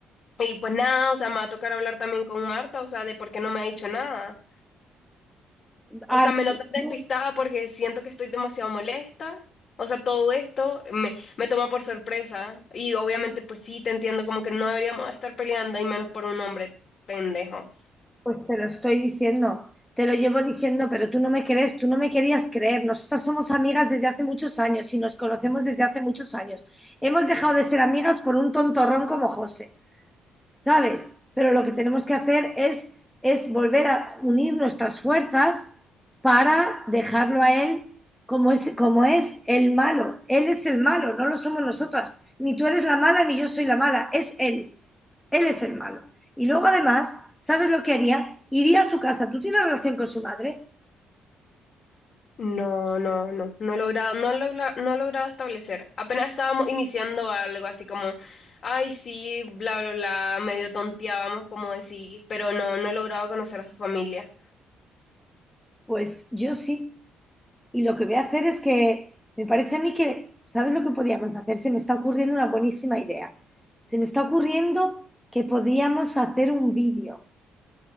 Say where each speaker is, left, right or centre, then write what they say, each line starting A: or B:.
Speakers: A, on the left; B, in the centre.
A: Y pues nada, o sea, me va a tocar hablar también con Marta, o sea, de por qué no me ha dicho nada. O
B: Ah,
A: sea, me notas despistada
B: no,
A: porque siento que estoy demasiado molesta. O sea, todo esto me, me toma por sorpresa. Y obviamente, pues sí, te entiendo como que no deberíamos estar peleando y menos por un hombre pendejo.
B: pues te lo estoy diciendo, te lo llevo diciendo, pero tú no me crees, tú no me querías creer. Nosotras somos amigas desde hace muchos años y nos conocemos desde hace muchos años. Hemos dejado de ser amigas por un tontorrón como José. ¿sabes? Pero lo que tenemos que hacer es, es volver a unir nuestras fuerzas para dejarlo a él como es, como es el malo. Él es el malo, no lo somos nosotras. Ni tú eres la mala, ni yo soy la mala. Es él. Él es el malo. Y luego además, ¿sabes lo que haría? Iría a su casa. ¿Tú tienes relación con su madre?
A: No, no, no, no he logrado, no he logra- no he logrado establecer. Apenas estábamos iniciando algo así como, ay, sí, bla, bla, bla, medio tonteábamos como decís, pero no, no he logrado conocer a su familia.
B: Pues yo sí. Y lo que voy a hacer es que me parece a mí que, ¿sabes lo que podíamos hacer? Se me está ocurriendo una buenísima idea. Se me está ocurriendo que podíamos hacer un vídeo,